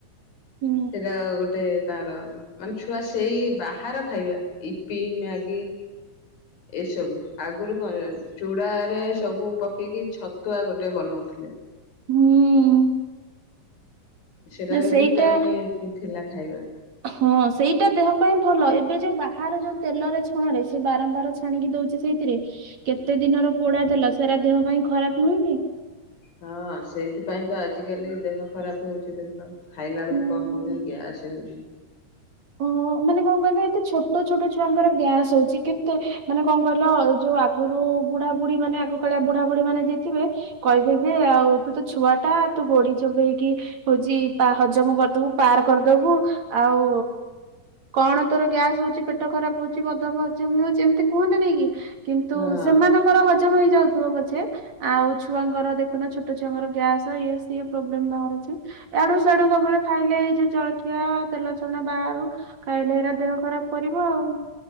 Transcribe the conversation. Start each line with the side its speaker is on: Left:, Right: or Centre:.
Right: ହୁଁ
Left: ସେଇଟା ଗୋଟେ ତାର ମାନେ ଛୁଆ ସେଇ ବାହାର ଖାଇବା ଇପି ମ୍ୟାଗି ଏସବୁ ଆଗରୁ କଣ ଚୁଡା ରେ ସବୁ ପକେଇକି ଛତୁଆ ଗୋଟେ ବନଉଥିଲେ।
Right: ହୁଁ।
Left: ସେଟାରେ
Right: ନା ସେଇଟା
Left: ଭିଟାମିନ ଥିଲା ଖାଇବା।
Right: ହଁ ସେଇଟା ଦେହ ପାଇଁ ଭଲ ଏବେ ଯୋଉ ବାହାର ଯୋଉ ତେଲରେ ଛଣ ରେ ସେ ବାରମ୍ବାର ଛାଣିକି ଦଉଛି ସେଇଥିରେ କେତେ ଦିନର ପୋଡା ତେଲ ସେଟା ଦେହ ପାଇଁ ଖରାପ ନୁହେଁ କି।
Left: ହଁ ସେଇଥିପାଇଁ ତ ଆଜିକାଲି ଦେହ ଖରାପ ହଉଛି ଦେଖିଲ ଖାଇଲା
Right: ହୁଁ।
Left: ବେଳକୁ କଣ କହୁଛନ୍ତି ଗ୍ୟାସ୍ ହେଉଛି।
Right: ହଁ ମାନେ କଣ କହିଲ ଏତେ ଛୋଟ ଛୋଟ ଛୋ ଛୁଆଙ୍କର ଗ୍ୟାସ ହଉଛି କେତେ ମାନେ କଣ କହିଲ ଯୋଉ ଆଗରୁ ବୁଢା ବୁଢୀ ମାନେ ଆଗ କାଳିଆ ବୁଢା ବୁଢୀ ମାନେ ଯିଏ ଥିବେ କହିବେ ଯେ ତୁ ତୋ ଛୁଆ ଟା ତୁ ଗୋଡି ଚୋବେଇକି ହଉଛି ହଜମ କରିଦବୁ ପାର କରିଦବୁ ଆଉ କଣ ତୋର ଗ୍ୟାସ ହଉଚି ପେଟ ଖରାପ ହଉଛି ବଦହଜମି ହଉଛି ଏମିତି କୁହନ୍ତିନି କି। କିନ୍ତୁ
Left: ହଁ
Right: ସେମାନଙ୍କର ହ ହଜମ ହେଇଯାଉଥିବ ପଛେ ଆଉ ଛୁଆଙ୍କର ଦେଖୁନ ଛୋଟ ଛୁଆଙ୍କର ଗ୍ୟାସ ଇଏ ସିଏ ପ୍ରୋବ୍ଲେମ ବାହରୁଚି ଆଡୁ ସେଆଡୁ ସବୁବେଳେ ଖାଇଲେ ଏଇ ଜଳଖିଆ ତେଲ ଛଣା ବାହାରୁ ଖାଇଲେ ହେରା ଦେହ ଖରାପ କରିବ ଆଉ।